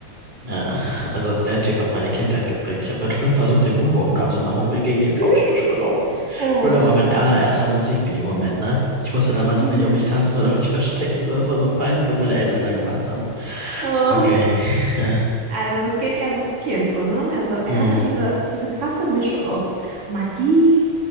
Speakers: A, on the right; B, on the right.
A: Ja, also der Typ hat meine Kindheit geprägt. Ich habe mit fünf versucht, den Moonwalk nachzumachen und bin gegen den
B: <laughs>
A: Couchtisch gelaufen.
B: Oh.
A: Thriller war mein allererster Musikvideomoment, ne? Ich wusste damals
B: Mhm.
A: nicht, ob ich tanzen oder mich <laughs> verstecken soll. Es war so peinlich, was meine Eltern da gemacht haben.
B: Oh.
A: Okay. <laughs> Ja.
B: Also das geht ja vielen so, ne? Also er
A: Hm.
B: hatte diese, diese krasse Mischung aus Magie,